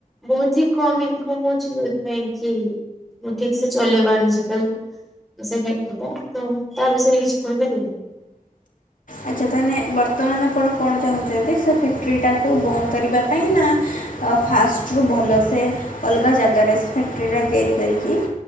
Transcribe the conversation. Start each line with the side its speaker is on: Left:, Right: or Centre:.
Centre: ବୋହୁତ୍ ହିଁ କମ୍ ଇନକମ୍ ହୋଉଚି ଯୋଉଥିପାଇଁ କି ମୁଁ ଠିକସେ ଚଲେଇପାରୁନି ସେଟାକୁ। ସେ ଫ୍ୟାକ୍ଟ୍ରିଟା ତ ତା ବିଷୟରେ କିଛି କହିପାରିବେ?
Left: ଆଚ୍ଛା ତାହେନେ ବର୍ତ୍ତମାନ ଆପଣ କଣ ଚାହୁଁଚନ୍ତି ସେ ଫ୍ୟାକ୍ଟ୍ରିଟାକୁ ବନ୍ଦ୍ କରିବା ପାଇଁ ନାଁ ଅ ଫାଷ୍ଟରୁୁ ଭଲସେ ଅଲଗା ଜାଗାରେ ସେ ଫ୍ୟାକ୍ଟ୍ରିଟା ତିଆରି କରିକି